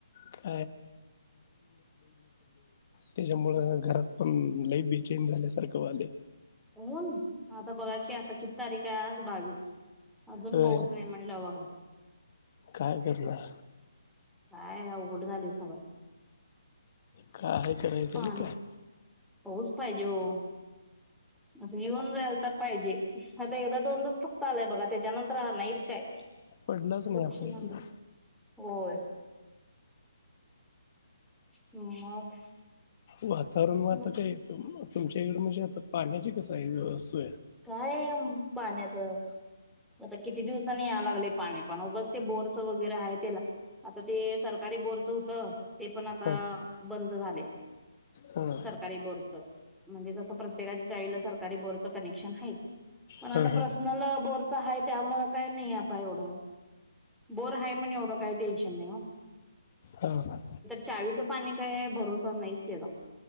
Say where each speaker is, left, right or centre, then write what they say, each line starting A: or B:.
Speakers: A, on the left; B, in the centre.
A: <unintelligible> त्याच्यामुळं घरात पण लई बेचैन झाल्यासारखं झालंय.
B: होन. आता बघा की आता किती तारीख आहे आज? बावीस अजून
A: अ
B: पाऊस नाही म्हण- <unintelligible> बघा.
A: काय <unintelligible>
B: काय अवघड झालय सगळ.
A: काय करायचं
B: पाणी
A: न काय?
B: पाऊस पाहिजे हो. असं येऊन जायला तर पाहिजे. आता एकदा दोनदाच फक्त आलाय बघा. त्याच्यानंतर आलायचं काय?
A: पडलाच
B: <unintelligible>
A: नाही आपल्या इकडं.
B: होय. हं. मग?
A: वातावरण व आता
B: मग
A: काय तुमच्या इकडे म्हणजे आता पाण्याची कस आहे व्यवस्त?
B: आहे पाण्याच. आता किती दिवसांनी या लागलय पाणी. पण उगच ते बोरच वगैरे आहे त्याला- आता ते सरकारी बोरचं होत. ते पण आता
A: हा
B: बंद झालय.
A: हा
B: सरकार- सरकारी बोरचं. म्हणजे तसं प्रत्येकाच्या चाळीला सरकारी बोरचं कनेक्शन आहेच. पण
A: हा
B: आता
A: हा
B: पर्सनल बोरच आहे ते. त्यामुळ काही नाही आता एवढं. बोर आहे म्हण एवढं काय टेन्शन नाही हो.
A: हा.
B: चाळीचं पाणी काय? भरोसा नाहीच त्याचा.